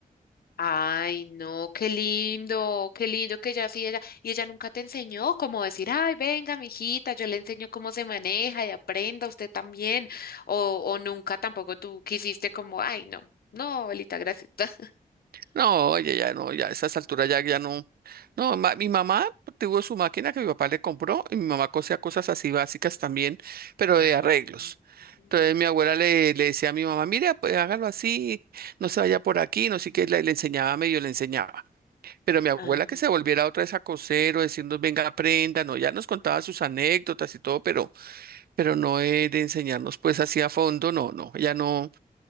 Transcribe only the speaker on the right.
No, oye, ya no, ya a esas alturas ya, ya no. No, ma- mi mamá tuvo su máquina que mi papá le compró y mi mamá cosía cosas así básicas también, pero
de arreglos.
Entonces mi abuela le, le decía a mi mamá, mira, pues hágalo así, no se vaya por aquí, no sé qué, le, le enseñaba, medio le enseñaba. Pero mi abuela
que se volviera otra vez a coser o decirnos, venga, aprenda, no, ya nos contaba sus anécdotas y todo, pero, pero no eh, de enseñarnos pues así a fondo, no, no, ella no.